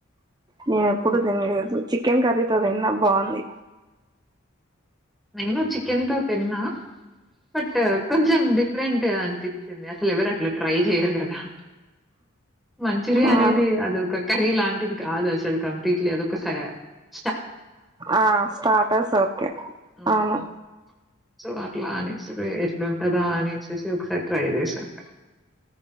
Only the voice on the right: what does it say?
నేను ఎప్పుడు
తినలేదు చిక్ చికెన్ కర్రీతో తిన్నా బాగుంది
అవును
ఆ స్టార్టస్ ఒకే
అవును